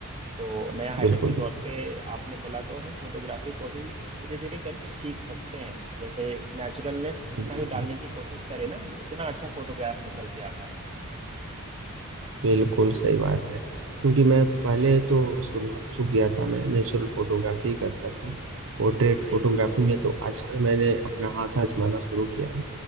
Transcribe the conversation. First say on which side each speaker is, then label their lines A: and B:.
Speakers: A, on the right; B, on the right.
A: तो नया हैबिट
B: बिल्कुल
A: के तौर
B: बिल्कुल
A: पे आपने बोला तो हम फोटोग्राफी को भी धीरे धीरे करके सीख सकते हैं जैसे नेचुरलनेस जितना
B: बिल्कुल
A: भी डालने की कोशिश करें ना वो उतना अच्छा फोटोग्राफ निकल के आता है
B: बिल्कुल सही बात है क्योंकि मैं पहले तो शुरुआत जो किया था मैं नेचुरल फोटोग्राफी करता था पोर्ट्रेट
A: जी
B: फोटोग्राफी में तो आजकल मैंने अपना हाथ आजमाना शुरू किया है